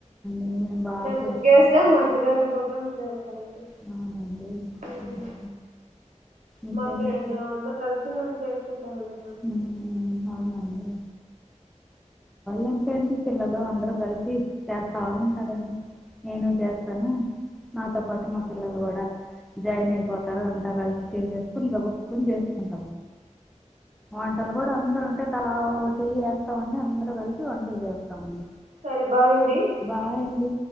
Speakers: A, in the centre; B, on the right.
A: అవునండి. బా
B: మేము
A: చేసుకుంటాం.
B: ముగ్గేస్తే మా అత్తగారు గొబ్బెమలు చేస్తారండి
A: అవునండి.
B: మ్
A: హ్మ్. ఇంకేంటి?
B: మా ఫ్రెండ్ అందరు కలిసి మేము చేసుకుంటామండి ఊ
A: హ్మ్. అవునండి. ఏంటేంటి పిలలు అందరు కలిసి చేస్తా ఉంటారండి నేను చేస్తాను నాతో పాటు మా పిల్లలు కూడా జాయిన్ అయిపోతారు అంతా కలిసి చేసేసుకు ఇంకా ఉప్పుకున చేసుకుంటారు పంటలు కూడా అందరు ఉంటేలా చెయాలి మండి అందరరు కలిసి వంటలు చేస్తామండి
B: సరే బాయ్ అండి
A: బాయండి.